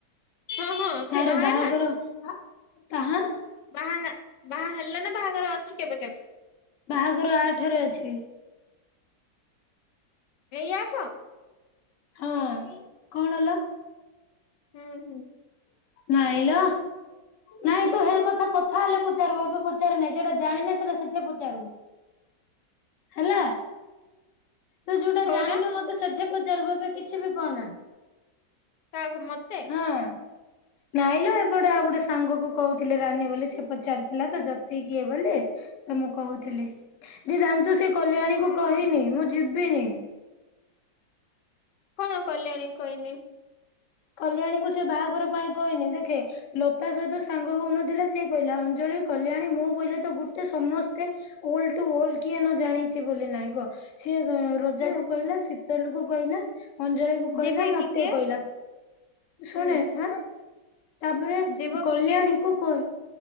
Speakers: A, on the left; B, on the left.
A: ହଁ ହଁ ସେ
B: ତାର
A: ବାହା
B: ବାହାଘର
A: ହେଲା
B: ହ ତାହା
A: ବାହା ହେ ବାହା ହେଲା ନା ବାହାଘର ଅଛି କେବେ -କେବେ।
B: ବାହାଘର ଆଠେରେ ଅଛି।
A: ଏଇ ଆଠ।
B: ହଁ କଣ ହେଲା?
A: ହୁଁ, ହୁଁ।
B: ନାଇଁ ଲ ଅ ନାଇଁ ତୁ ହେଇ କଥା କଥା ହେଲେ ପଚାରିବୁ ଏବେ ପଚାରନା ଯଉଟା ଜାଣିନେ ସେଟା ସେଠି ପଚାରିବୁ। ହେଲା। ତୁ ଯୋଉଟା
A: କୋଉଟା
B: ଜାଣିନୁ ମତେ ସେଠି ପଚାରିବୁ ଏବେ କିଛି ବି କହନା।
A: କାହାକୁ ମତେ?
B: ହଁ।
A: <inaudible>
B: ନାଇଁଲ ଏପଟେ ଆଉ ଗୋଟେ ସାଙ୍ଗ କୁ କହୁଥିଲେ ରାନୀ ବୋଲି ସେ ପଚାରୁଥିଲା ତ ଜତି କିଏ ବୋଲି। ତ ମୁଁ କହୁଥିଲି ଯେ ଜାଣିଛୁ ସେ କଲ୍ୟାଣୀ
A: ହଁ।
B: କୁ କହିନି ମୁଁ ଯିବିନି।
A: କଣ କଲ୍ୟାଣୀ କହିନି।
B: କଲ୍ୟାଣୀକୁ ସେ ବାହାଘର ପାଇଁ କହିନି ଦେଖେ ଲତା ସହିତ ସାଙ୍ଗ ହଉନଥିଲା ସେ କହିଲା ଅଞ୍ଜଳି କଲ୍ୟାଣି ମୁଁ କହିଲେ ତ ଗୋଟେ ସମସ୍ତେ ଓଲଡ ଟୁ ଓଲଡ କିଏ ନ ଜାଣିଛି ବୋଲି ନାଇଁ କ ସିଏ ରୋଜା
A: ହୁଁ
B: କୁ କହିଲା ଶୀତଲ କୁ କହିଲା ଅଞ୍ଜଳି କୁ କହିଲା
A: ଯିବେ
B: ମତେ
A: କି କିଏ
B: କହିଲା। ଶୁଣେ
A: ହୁଁ
B: ହାଁ ତାପରେ
A: ଯିବ
B: କଲ୍ୟାଣୀକୁ
A: କି କିଏ?
B: କ